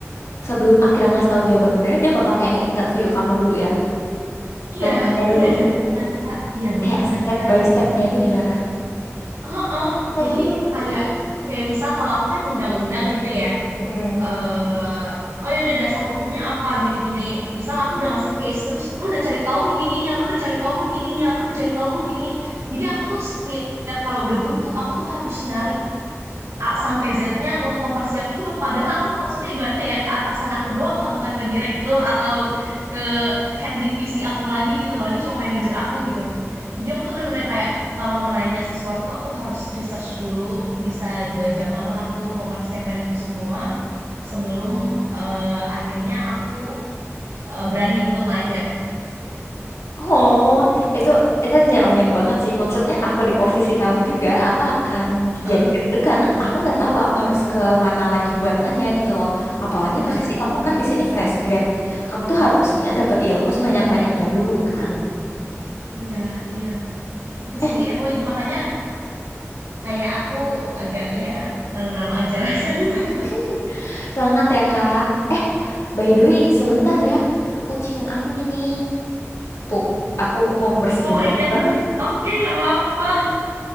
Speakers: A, on the left; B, on the right.
A: sebelum akhirnya ngasih tahu jawaban benernya, dia bakal kayak nge-interview kamu dulu ya.
B: Iya,
A: Nanya-nanya
B: iya,
A: dulu,
B: iya banget lagi Kak. Iya banget
A: kayak
B: lagi
A: step
B: Kak.
A: by
B: Jadi,
A: stepnya itu gimana.
B: heeh,
A: Hmm.
B: Jadi kayak kayak misal kalau aku kan undang-undang gitu ya.
A: Mm-mm.
B: eh oh ya udah dasar hukumnya apa gini-gini. Misal aku udah ngasih case, terus lu udah cari tahu belum ininya, lu udah cari tahu belum ininya, lu udah cari tahu belum ininya. Jadi aku tuh setiap kalau udah buntu, aku tuh harus nyari A sampai Z-nya untuk mempersiap itu padahal aku maksudnya ibaratnya ya ke atasan aku doang Kak bukan ke direktur atau ke head divisi aku lagi gitu loh ini cuma manajer aku gitu jadi aku tuh bener-bener kayak kalau mau nanya sesuatu aku harus research dulu bisa dua jaman lah aku mempersiapkan itu semua sebelum eh, akhirnya aku eh, berani untuk nanya
A: Oh, itu itu nyeremin banget sih. Maksudnya aku di posisi kamu juga, aku akan
B: Heeh,
A: jadi deg-degan. Aku nggak tahu aku harus ke mana lagi buat nanya gitu loh. Apalagi
B: iya,
A: posisi
B: iya,
A: kamu kan
B: benar.
A: di sini fresh grad. Kamu tuh harusnya dapat ilmu sebanyak-banyaknya dulu kan.
B: Iya, iya. Itu
A: Eh,
B: sih, aku makanya kayak aku agak ya nano-nano aja <laughs> rasanya.
A: <laughs> semangat ya, Kak. Eh, by
B: Iya,
A: the way,
B: Kak.
A: sebentar ya. Kucing aku ini pup. Aku mau bersihin.
B: Oh my
A: bentar.
B: God. Oke, nggak apa-apa.